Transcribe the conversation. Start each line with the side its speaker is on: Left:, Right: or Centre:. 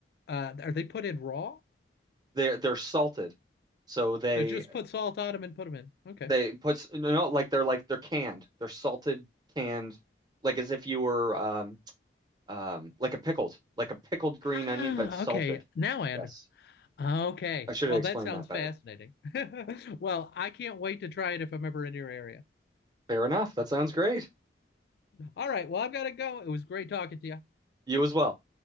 Left: uh are they put in raw?
Right: They're they're salted, so they
Left: They just put salt on them and put them in. Okay.
Right: they put s- no no, like they're like they're canned. They're salted canned, like as if you were um um, like a pickled, like a pickled green
Left: Ah,
Right: onion, but salted.
Left: okay. Now I understand.
Right: Yes,
Left: Okay.
Right: I should
Left: Well,
Right: have explained
Left: that sounds
Right: that better.
Left: fascinating. <laughs> Well, I can't wait to try it if I'm ever in your area.
Right: Fair enough. That sounds great.
Left: All right. Well, I've got to go. It was great talking to you.
Right: You as well.